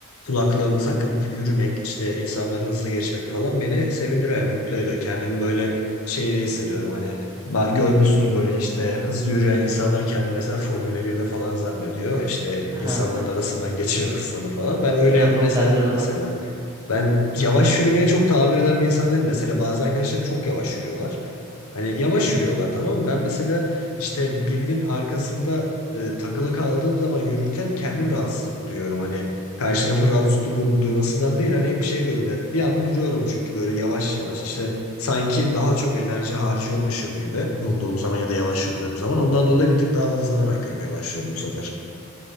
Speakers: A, on the left; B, on the right.
A: kulaklığımı takıp yürümek işte insanları hızlı geçmek falan beni sevindiriyor, mutlu ediyor. Kendimi böyle şeyde hissediyorum hani Na- Görmüşsündür böyle işte hızlı yürüyen insanlar kendini mesela Formula birde falan zannediyor. İşte
B: Ha,
A: insanların arasından geçiyor hızlarını falan. Ben
B: <laughs>
A: öyle
B: evet
A: yapmayı
B: o
A: severim
B: bende de
A: mesela.
B: var.
A: Ben yavaş yürümeye çok tahammül eden bir insan değilim. Mesela bazı arkadaşlarım çok yavaş yürüyorlar. Hani yavaş yürüyorlar tamam mı? Ben mesela işte birinin arkasında e, takılı kaldığım zaman yürürken kendim rahatsızlık duyuyorum. Hani karşı tarafın rahatsızlık duymasından değil hani hep şey diyorum ya bir anda duruyorum çünkü böyle yavaş yavaş işte sanki daha çok enerji harcıyormuşum gibi durduğum zaman ya da yavaş yürüdüğüm zaman ondan dolayı bir tık daha hızlanarak yürümeye başlıyorum bu sefer.